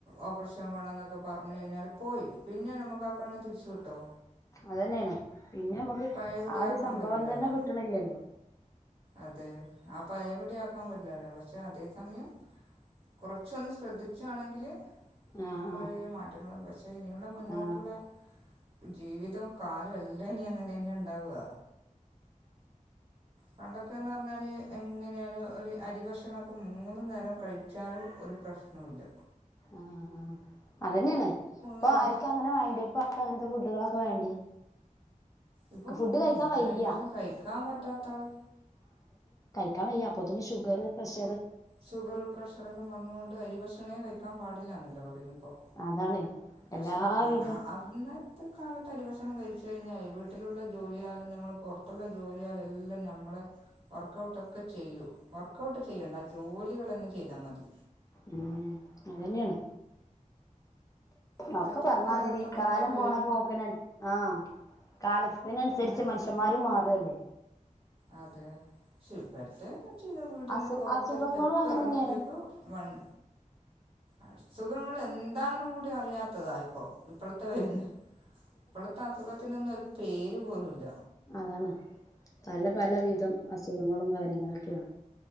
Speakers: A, on the right; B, on the left.
A: ഓപ്പറേഷൻ വേണം എന്നൊക്ക പറഞ്ഞു കഴിഞ്ഞാല് പോയി പിന്നെ നമുക്ക് ആ കണ്ണ് തിരിച്ചു കിട്ടോ?
B: അതന്നെയാണ് പിന്നെ നമുക്ക്
A: പഴയപടിയാക്കാൻ
B: ആ ഒരു സംഭവം
A: പറ്റില്ലല്ലോ
B: തന്നെ കിട്ടണില്ലല്ലോ
A: അതെ ആ പഴയപടി ആക്കാൻ പറ്റില്ലല്ലേ പക്ഷെ അതേ സമയം കൊറച്ചൊന്ന് ശ്രദ്ധിച്ചണെങ്കില്
B: ആഹ്
A: കുറേ
B: ആഹ്
A: മാറ്റങ്ങൾ എ വച്ച പക്ഷെ ഇനിയുള്ള മുന്നോട്ടുള്ള
B: ആഹ്
A: ജീവിതവും കാലവും എല്ലാം ഇനി അങ്ങനെ തന്നെ ഉണ്ടാവുക. പണ്ടൊക്കെയെന്ന് പറഞ്ഞാല് എങ്ങനെയാലും ഒരു അരിഭക്ഷണക്കെ മൂന്നു നേരം കഴിച്ചാലും ഒരു പ്രശ്നോയില്ല
B: ആഹ് ആഹ് അതന്നെയാണ് ഇപ്പൊ
A: നേരം
B: ആർക്ക്‌ അങ്ങനെ വേണ്ടി ഇപ്പങ്ങനത്തെ ഫു <unintelligible> ളൊക്കെ വേണ്ടി
A: ഇപ്പം
B: ഫുഡ് കഴിക്കാൻ
A: മൂന്നേരം
B: വയ്യ
A: അരിഭക്ഷണ്ണം കഴിക്കാൻ പറ്റാത്തള്
B: ൻ വയ്യ അപ്പോത്തിന് ഷുഗർ പ്രെഷ
A: ഷുഗറ് പ്രഷറ് എല്ലാം വന്നോണ്ട് അരി ഭക്ഷണേ കഴിക്കാൻ പാ ടെ ഇല്ലാന്നല്ലെ പറയുന്നെ പ്പം
B: അതാണ്
A: പക്ഷെ
B: എല്ലാവിധ
A: ആ അന്നത്തെ കാലത്ത് ത്തരി ഭക്ഷണം കഴിച്ച് കഴിഞ്ഞാലെ വീട്ടിലുള്ള ജോലിയാലും ഞമ്മൾ പൊർത്തുള്ള ജോലിയാലും എല്ലാം ഞമ്മള് വർക്കൗട്ടാക്കെ ചെയ്യു വർക്ക് ഔട്ട് ചെയ്യെണ്ട ജോലി കളെന്നെ ചെയ്താമതി
B: ഉം അതെന്നെയാണ്
A: ഇപ്പോഴത്തെ
B: ഒക്കെ പർനാതിരി
A: കാലഘട്ടം എന്ന്
B: കാലം
A: പറഞ്ഞാൽ വീ
B: പോണ പോക്ക്ന് അന് ആ കാല ത്തി നൻസരിച്ച്
A: അങ്ങനെയല്ലേ
B: മനുഷ്യന്മാരും മാറ് അല്ലെ
A: അതെ ശ് പ്പഴ്ത്തെ <unintelligible> വീട്ടിന്ന്
B: അസു
A: പൊറത്ത്
B: അസുഖങ്ങളും
A: സ്റ്റെപ്പ്
B: അങ്ങനെ
A: എറങ്ങ്മ്പേക്ക്
B: തന്നെയാണ്
A: വണ് അസുഖങ്ങൾ എൻ <unintelligible> കൂടി അറിയാത്തതാ ഇപ്പോ ഇപ്പള്ത്തെ വെരുന്നെ ഇപ്പളത്തെ അസുഖത്തിനൊന്നും ഒരു പേര് പോലുല്ല
B: അതാണ് പല പല വിധം അസുഖങ്ങളും കാര്യങ്ങളൊക്കെയാണ്